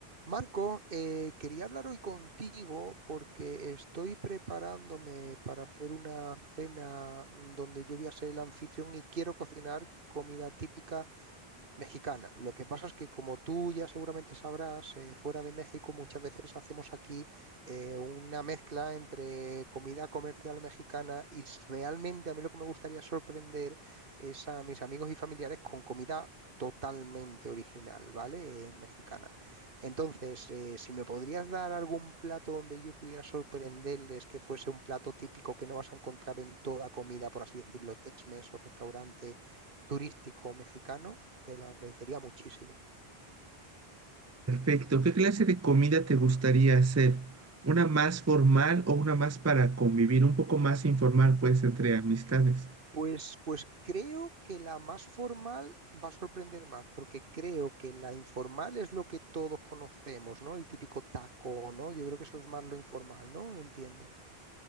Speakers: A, on the right; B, on the right.
A: Marco, eh, quería hablar hoy contigo porque estoy preparándome para hacer una cena mm, donde yo voy a ser el anfitrión y quiero cocinar comida típica Mexicana. Lo que pasa es que, como tú ya seguramente sabrás, eh, fuera de México muchas veces hacemos aquí eh, una mezcla entre comida comercial mexicana y s- realmente a mí lo que me gustaría sorprender es a mis amigos y familiares con comida totalmente original, ¿vale? Eh, mexicana. Entonces, eh, si me podrías dar algún plato donde yo pudiera sorprenderles que fuese un plato típico que no vas a encontrar en toda comida, por así decirlo, Tex-Mex o restaurante turístico mexicano. Te lo agradecería muchísimo.
B: Perfecto. ¿Qué clase de comida te gustaría hacer? ¿Una más formal o una más para convivir, un poco más informal, pues, entre amistades?
A: Pues, pues creo que la más formal va a sorprender más, porque creo que la informal es lo que todos conocemos, ¿no? El típico taco, ¿no? Yo creo que eso es más lo informal, ¿no? Entiendo.